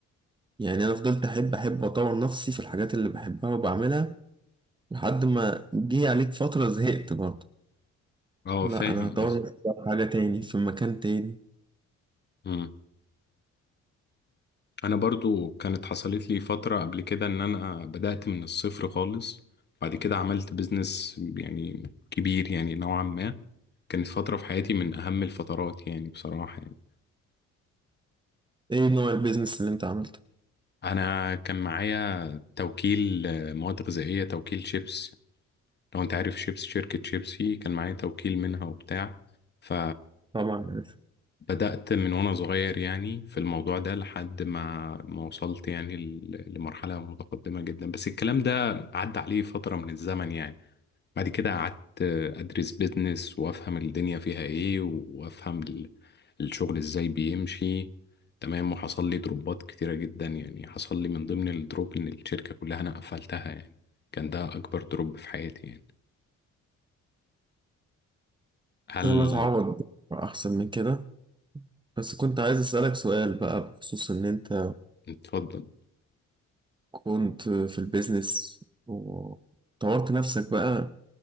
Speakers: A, on the right; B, on the left.
A: يعني أنا فضلت أحب أحب أطور نفسي في الحاجات اللي بحبها وبعملها لحد ما جه عليك فترة زهقت برضه
B: اه
A: لا
B: فاهم
A: أنا هطور نفسي بقى في حاجة تاني في مكان تاني
B: قصدك انا برضو كانت حصلت لي فترة قبل كده ان انا بدأت من الصفر خالص بعد كده عملت بيزنس يعني كبير يعني نوعا ما كانت فترة في حياتي من اهم الفترات يعني بصراحة يعني
A: إيه نوع البيزنس اللي أنت عملته؟
B: انا كان معايا توكيل آه، مواد غذائية توكيل شيبس لو انت عارف شيبس شركة شيبسي كان معايا توكيل منها وبتاع ف
A: طبعا عارف.
B: بدأت من وأنا صغير يعني في الموضوع ده لحد ما ما وصلت يعني ل- لمرحلة متقدمة جدا بس الكلام ده عدى عليه فترة من الزمن يعني بعد كده قعدت أدرس بيزنس وأفهم الدنيا فيها إيه وأفهم ال- الشغل إزاي بيمشي تمام وحصل لي دروبات كتيرة جدا يعني حصل لي من ضمن الدروب إن الشركة كلها أنا قفلتها يعني كان ده أكبر دروب في حياتي يعني هل
A: إن شاء الله تعوض أحسن من كده بس كنت عايز أسألك سؤال بقى بخصوص إن أنت
B: اتفضل
A: كنت في البيزنس وطورت نفسك بقى